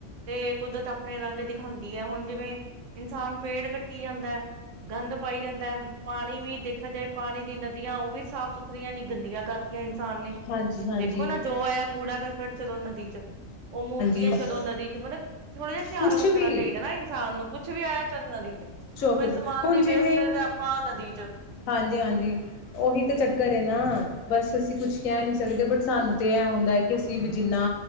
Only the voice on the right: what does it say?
ਤੇ ਕੁਦਰਤ ਆਪਣੇ ਰੰਗ ਖਾਂਦੀ ਹੈ ਹੁਣ ਜਿਵੇਂ ਇਨਸਾਨ ਪੇੜ ਕੱਟੀ ਜਾਂਦੀ ਗੰਦ ਪਾਈ ਜਾਂਦਾ, ਪਾਣੀ ਵੀ ਦੇਖਿਆ ਜਾਏ ਪਾਣੀ ਦੀ ਨਦੀਆਂ ਉਹ ਵੀ ਸਾਫ ਸੁਥਰੀਆਂ ਨਹੀਂ ਗੰਦੀਆਂ ਕਰ ਇਹ ਇਨਸਾਨ ਨੇ
ਦੇਖੋ ਨਾ, ਜੋ ਆਇਆ ਕੂੜਾ ਕਰ ਚਲੋ ਨਦੀ ਚ ਉਹ ਮੂਰਤੀਆਂ
ਚਲੋ ਨਦੀ ਚ ਮਤਲਬ ਥੋੜਾ ਜਿਹਾ ਧਿਆਨ
ਰੱਖ
ਹੋਣਾ ਚਾਹੀਦਾ ਨਾ ਇਨਸਾਨ ਨੂੰ ਕੁੱਛ ਵੀ ਆਇਆ ਚੱਲ ਨਦੀ ਚ
ਕੋਈ ਸਮਾਨ
ਦੀ
ਵੇਸਟੇਜ ਆਪਾਂ ਨਦੀ ਚ